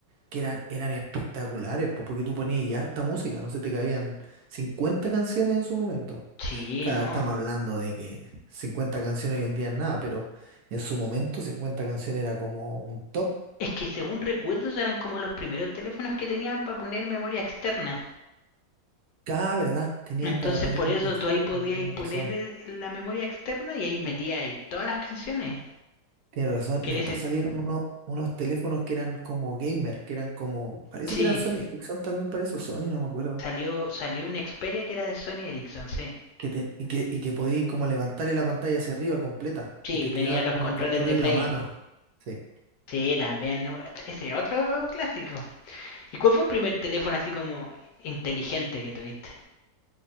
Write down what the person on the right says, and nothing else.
que eran, eran espectaculares, pues, porque tú ponías y harta música, no se te cabían 50 canciones en su momento.
Claro,
estamos hablando de que 50 canciones hoy en día es nada, pero en su momento 50 canciones era como un top.
Cada verdad, tenían
para poner
memoria
externa,
tienes
razón.
Tienes razón.
Después
salieron unos, unos teléfonos que eran como gamer, que eran como, parece
que eran Sony Ericsson también parece, o Sony, no me acuerdo.
Que te- y que, y que podías como levantarle la pantalla hacia arriba completa
y te
quedaba
como
el control
en
la mano. Sí.
sí.